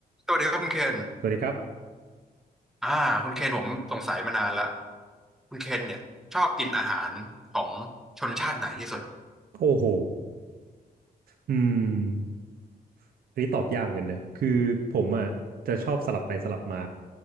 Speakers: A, in the centre; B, on the right.
A: สวัสดีครับคุณเคน
B: สวัสดีครับ
A: อ่าคุณเคนผมสงสัยมานานละคุณเคนเนี่ยชอบกินอาหารของชนชาติไหนที่สุด
B: โอ้โหอืมอันนี้ตอบยากเหมือนกันเนอะคือผมอ่ะจะชอบสลับไปสลับมา